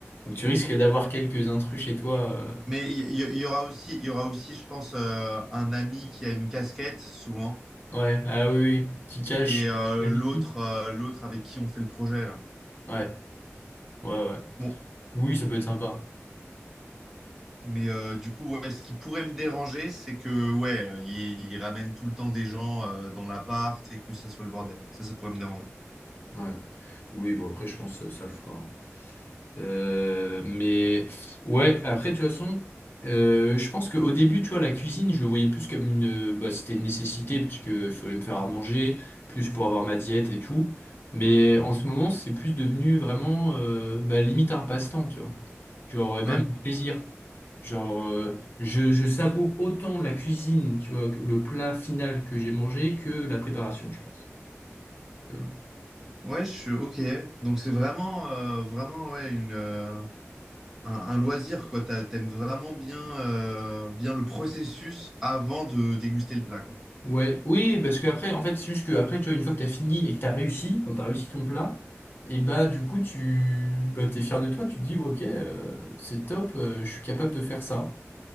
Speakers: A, on the left; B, in the centre.
A: Donc tu risques d'avoir quelques intrus chez toi. euh,
B: Mais il y, il y aura aussi, il y aura aussi, je pense, euh, un ami qui a une casquette souvent
A: Ouais, ah oui, oui, qui cachent
B: et euh,
A: la
B: l'autre,
A: vie.
B: euh, l'autre avec qui on fait le projet là.
A: Ouais, ouais, ouais.
B: Bon,
A: Oui, ça peut être sympa.
B: Mais euh, du coup, ouais, ce qui pourrait me déranger, c'est que ouais, euh, il, il ramène tout le temps des gens euh, dans l'appart et que ça soit le bordel. Ça, ça pourrait me déranger.
A: Ouais. Oui, bon, après, je pense que ça le fera. hein. Euh, mais ouais, après, de toute façon, euh, je pense qu'au début, tu vois, la cuisine, je le voyais plus comme une. Bah, c'était une nécessité, parce que il fallait me faire à manger, plus pour avoir ma diète et tout. Mais en ce moment, c'est plus devenu vraiment, euh, bah, limite un passe-temps, tu vois. Genre, même
B: Ouais.
A: un plaisir. Genre, euh, je, je savoure autant la cuisine, tu vois, que le plat final que j'ai mangé que la préparation, je pense. Euh,
B: Ouais, je suis ok. Donc c'est vraiment, euh, vraiment ouais, une, euh, un, un loisir quoi. T'as- T'aimes vraiment bien, euh, bien le processus avant de déguster le plat quoi.
A: ouais, oui, parce qu'après, en fait, c'est juste que après, tu vois, une fois que t'as fini et que t'as réussi, quand t'as réussi ton plat, et bah, du coup, tu bah, t'es fier de toi, tu te dis, ouais, ok, euh, c'est top, euh, je suis capable de faire ça.